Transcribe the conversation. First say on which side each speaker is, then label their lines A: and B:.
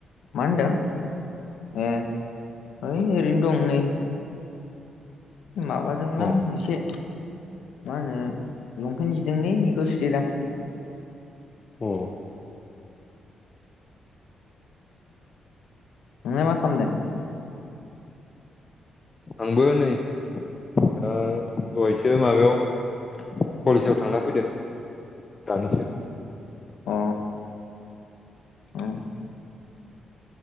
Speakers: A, on the left; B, on the left.
A: मा होनदों ए है ओरैनो दं नै माबादोंलां
B: अ
A: एसे मा होनो लंपेन्ट जिदोंलै बेखौ सुथेदों आं
B: अ
A: नोंलाय मा खालामदों?
B: आंबो नै दा ओ दहायसो माबायाव कलेजाव थांना फैदों दानिसो
A: अ औ